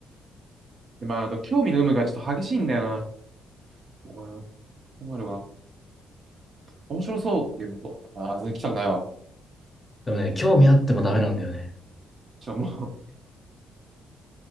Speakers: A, on the right (about 45°); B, on the left (about 20°).
A: でまあ、あと、興味の有無がちょっと激しいんだよな。うん、困るわ。面白そうっていうのと、ああ、全然来たくないわ。
B: でもね、興味あってもダメなんだよね。
A: ちょ、もう、